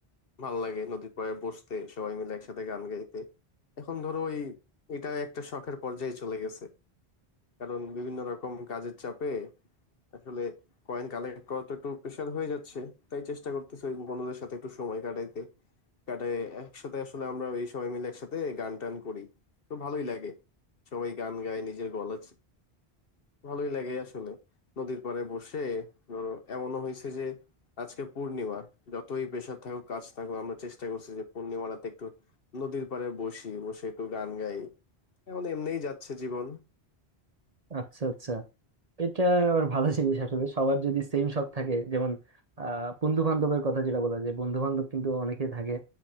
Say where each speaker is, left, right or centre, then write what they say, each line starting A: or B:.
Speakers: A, on the left; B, on the right.
A: ভাল লাগে নদীর পাড়ে বসতে সবাই মিলে একসাথে গান গাইতে এখন ধরো ওই এটা একটা শখের পর্যায়ে চলে গেছে কারণ বিভিন্ন রকম কাজের চাপে আসলে কয়েন কালেক্ট করা তো একটু প্রেশার হয়ে যাচ্ছে তাই চেষ্টা করতেছি ওই বন্ধুদের সাথে একটু সময় কাটাইতে কাটায় একসাথে আসলে আমরা এই সবাই মিলে একসাথে গান টান করি তো ভালোই লাগে সবাই গান গায় নিজের গলা ভালোই লাগে আসলে নদীর পাড়ে বসে ধরো এমনও হয়েছে যে আজকে পূর্ণিমা যতই প্রেশার থাকুক কাজ থাকুক আমরা চেষ্টা করছি যে পূর্ণিমা রাতে একটু নদীর পাড়ে বসি বসে একটু গান গাই এখন এমনিই যাচ্ছে জীবন
B: আচ্ছা আচ্ছা এটা আবার ভালো জিনিস আসলে সবার যদি সেম শখ থাকে যেমন আহ বন্ধু বান্ধবের কথা যেটা বলা যায় বন্ধু বান্ধব কিন্তু অনেকেই থাকে